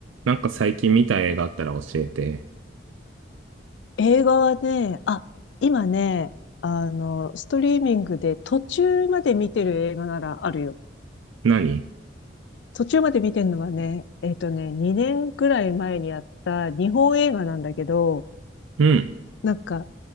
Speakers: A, on the right; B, on the left.
A: なんか最近見た映画あったら教えて。
B: 映画はね、あ、今ね、あの、ストリーミングで途中まで見てる映画ならあるよ。
A: 何
B: 途中まで見てるのはね、えっとね、2年くらい前にやった日本映画なんだけど、
A: うん。
B: なんか、